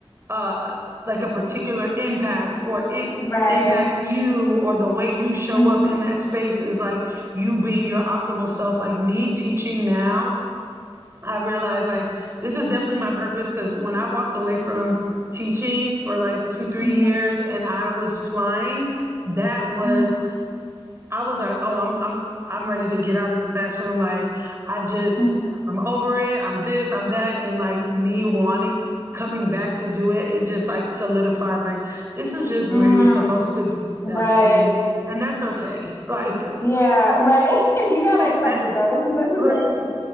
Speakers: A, on the right (about 25°); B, on the left (about 25°).
A: uh like a particular impact or it
B: Right.
A: impacts you or the way you show
B: hmm
A: up in that space is like you being your optimal self like me teaching now i realize like this is definitely my purpose because when i walked away from teaching for like two three
B: hmm
A: years and i was flying that was
B: hmm
A: I was like, oh, I'm I'm I'm ready to get out of the classroom. Like I just
B: hmm
A: I'm over it. I'm this, I'm that. And like me wanting coming back to do it, it just like solidified like this is just where
B: Mm.
A: you're supposed to be,
B: Right.
A: Steph. And and that's okay. <laughs> Like
B: Yeah, right. <laughs> You gotta accept
A: that's
B: it, girl. This is this is
A: right